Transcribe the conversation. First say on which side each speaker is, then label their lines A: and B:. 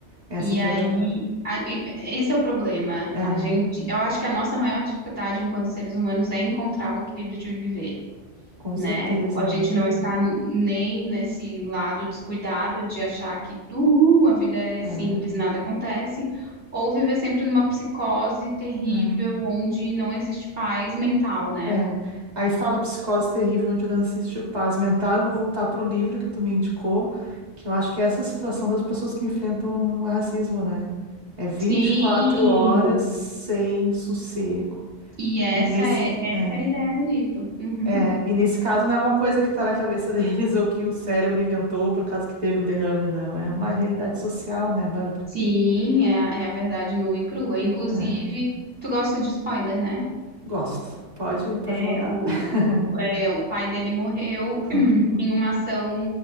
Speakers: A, on the right; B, on the right.
A: essa
B: E
A: que
B: aí,
A: é a verdade.
B: a- e- esse é o problema.
A: É,
B: A gente, eu acho que a nossa maior dificuldade enquanto seres humanos é encontrar o equilíbrio de viver
A: com
B: né?
A: certeza,
B: A
A: né?
B: gente não está nem nesse lado descuidado de achar que, uhul, a vida é
A: É,
B: simples,
A: é.
B: nada acontece, ou viver sempre numa psicose terrível
A: É,
B: onde não existe paz mental, né?
A: é. Aí fala Psicose Terrível, onde não existe paz mental. Eu vou voltar pro livro que tu me indicou, que eu acho que é essa situação das pessoas que enfrentam o racismo, né? É vinte
B: Sim!
A: e quatro horas sem sossego.
B: E essa
A: E nesse,
B: é, essa
A: é,
B: é a ideia do livro. Uhum.
A: é, e nesse caso não é uma coisa que tá na cabeça <laughs> deles ou que o cérebro inventou por causa que teve um derrame, não. É uma realidade social, né, Bárbara?
B: Sim, é a, é a verdade nua e crua. Inclusive,
A: É,
B: tu gosta de spoiler, né?
A: gosto. Pode, pode
B: É,
A: mandar.
B: o,
A: <laughs>
B: o, é, o pai dele morreu
A: Ah,
B: <clears throat> em uma ação